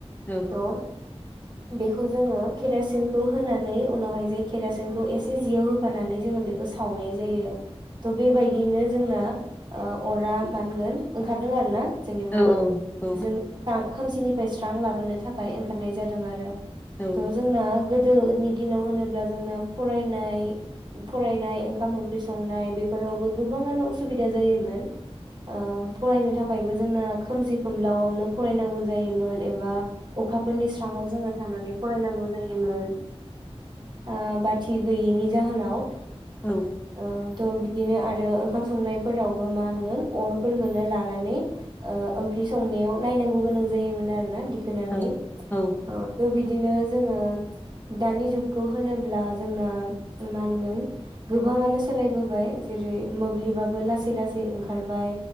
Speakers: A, on the left (about 15°); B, on the right (about 45°).
A: औ
B: थ' बेखौ जोंङो केरासिनखौ होनानै उनावहाय जे केेरासिनखौ एसे जियाव होफानानै जोंङो बेखौ सावनाय जायो। थ' बेबायदियैनो जोंना ओ अरा मा होनगोन ओंखारदों आरो ना जेनेबा
A: औ औ औ
B: जों खोमसिनिफ्राय स्रां लाबोनो थाखाय ओंखारनाय जादों आरो
A: औ
B: थ' जोंना गो दोनि दिनाव होनोब्ला जोंना फरायनाय फरायनाय ओंखाम ओंख्रि संनाय बे फोरावबो गोबाङानो असुबिदा जायोमोन। ओ फरायनो थाखायबो जोंना खोमसि खोमलायाव नो फरायनांगौ जायोमोन एबा अखाफोरनि स्राङाव जोंङो थानानै फरायनांगौ जायोमोन। ओ बाथि गैयैनि जाहोनाव
A: औ
B: ओ थ' बिदिनो आरो ओंखाम संनायफोरावबो मा होनगोन अर फोरखौनो लानानै ओ ओंख्रि सं नायाव नायनांगौ गोनां जायोमोन आरोना दिखोनानै
A: औ
B: ओ
A: औ
B: थ' बि दिनो जोंङो दानि जुगखौ होनोब्ला जोंना मा होनगोन गोबाङानो सोलायबोबाय जेरै मोब्लिबाबो लासै लासै ओंखारबाय